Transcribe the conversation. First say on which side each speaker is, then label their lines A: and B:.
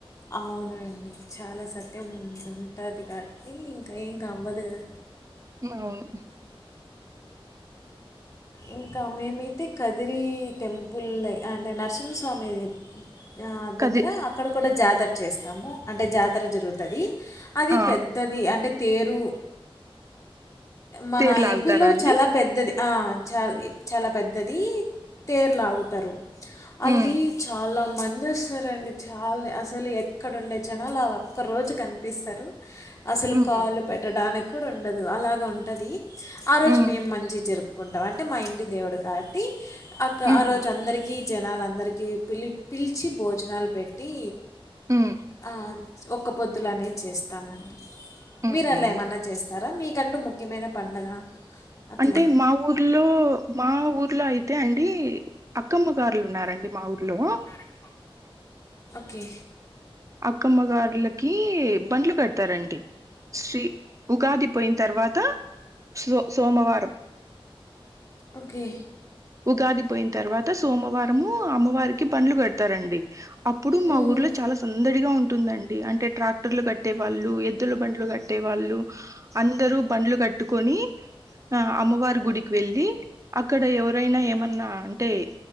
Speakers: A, on the left (about 35°); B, on the right (about 35°).
A: అవునండి చాలా సత్యం ఉంటుంది కాబట్టి ఇంకా ఏంకా అవ్వదు కద
B: అవును
A: ఇంకా మేమైతే కదిరి టెంపుల్ అంటే నరసింహస్వామిది ఆ,
B: కది
A: దగ్గర అక్కడ కూడా జాతర చేస్తాము అంటే జాతర జరుగుతుంది అది
B: ఆ
A: పెద్దది అంటే తేరు మన
B: తేరు లాగుతారా
A: ఏపీలో
B: అండి
A: చాలా ద్దది ఆ చాల్ ఇ చాలా పెద్దది తేర్ లాగుతరు ఆల్ది
B: ఉమ్
A: చాలా మంచ్ ఎంజేస్తారండి చాలే అస్సలి ఎక్కడుండే జనాలాగా ఒక్క రోజుక్ కన్పిస్తరు అస్సల్
B: ఉహు
A: కాల్ పెట్టడానికి కూడా ఉండదు అలాగ ఉంటది ఆ రోజ్
B: ఉమ్
A: మేమ్ మన్ జీ జర్పుకుంటామ్ అంటే మా ఇంటి దేవుడు కావాట్టి అక్క
B: ఉహు
A: ఆ రోజు అందరికీ జనలందర్ ఈ పిలిప్ పిల్చి భోజనాలు పెట్టి
B: ఉమ్
A: ఆ ఒక్క పొద్దులనే చేస్తామండ్
B: ఉహు
A: మీర్ అట్ల ఏమన్నా చేస్తారా మీకంటూ ముఖ్యమైన పండగ అట్లా
B: అంటే మా ఊర్లు మా ఊర్లో ఐతే అండి అక్కమ్మ గార్లు ఉన్నారండి మావుర్లో
A: కే
B: అక్కమ్మ గార్లకి బండ్లు కడతారండి శ్రీ ఉగాది పోయ్ న్ తర్వాత సో సోమవారం
A: ఓకే
B: ఉగాది పోయ్ న్ తర్వాత సోమవారము అమ్మవారికి పండ్లు పెడ్తారండి అప్పుడు మా
A: మ్మ్.
B: ఊర్లో చాలాస్ దడిగా ఉంటుందండి అంటే ట్రాక్టర్లు కట్టే వాళ్ళు ఎద్దుల బండ్లు గట్టే వాళ్ళు అందరూ బండ్లు గట్టుకొని ఆ అమ్మవారి గుడిక్ వెళ్ళి అక్కడ ఎవరైనా ఏమన్నా అంటే ఏ